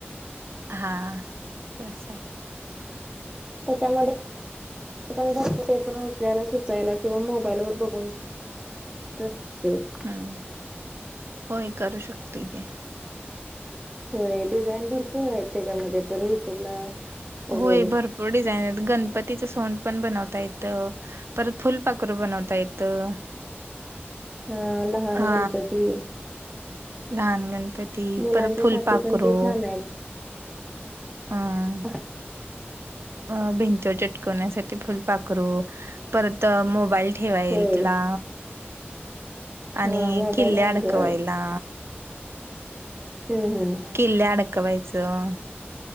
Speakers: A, on the right; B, on the right.
A: हा तस.
B: त्याच्यामध्ये. आपण भरतो ते पण आपल्याला सुचायला किंवा मोबाईल वर बघून, तय.
A: हम्म,, होय करू शकतय की.
B: होय, डिझाईन भरपूर आहेत त्याच्यामध्ये, पण युट्यूबला. वगैरे
A: होय भरपूर डिझाईन आहेत, गणपतीच सोंड पण बनवता येत, परत फुलपाखूर बनवता येतं.
B: हां लहान
A: हा
B: गणपती.
A: लहान गणपती
B: मुलांच्या
A: परत फुलपाखरू,
B: साठी पण ते छान आहेत <unintelligible>
A: हम्म. अ भिंतीवर चिटकवण्यासाठी फुल पाखरू, परत मोबाईल, ठेवायेल
B: होय
A: तला आणि
B: हा मोबाईल
A: किल्ली
B: हँगर
A: अडकवायला.
B: हम्म हम्म.
A: किल्ल्या अडकवायचं.